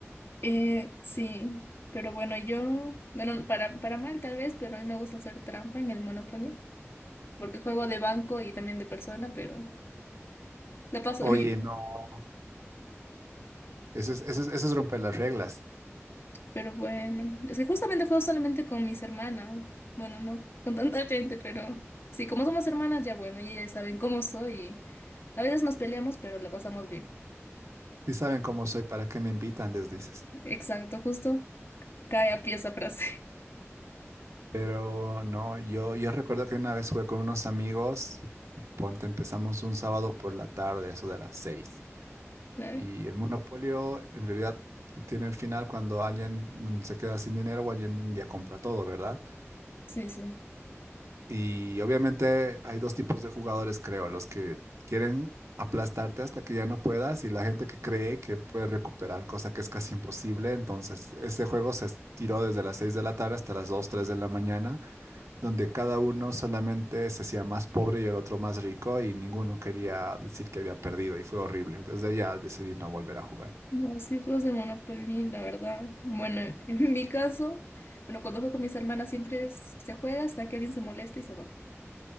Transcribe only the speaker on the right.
Oye,
no. Eso es, eso es, eso es romper las reglas.
Si saben cómo soy, ¿para qué me invitan? Les dices.
Pero no, yo, yo recuerdo que una vez jugué con unos amigos, ponte, empezamos un sábado por la tarde, eso de las seis.
Y el monopolio en realidad tiene el final cuando alguien mm, se queda sin dinero o alguien ya compra todo, ¿verdad?
Y obviamente hay dos tipos de jugadores, creo, los que quieren aplastarte hasta que ya no puedas y la gente que cree que puede recuperar, cosa que es casi imposible. Entonces, ese juego se estiró desde las 6 de la tarde hasta las 2 3 de la mañana, donde cada uno solamente se hacía más pobre y el otro más rico y ninguno quería decir que había perdido y fue horrible. Desde ya decidí no volver a jugar.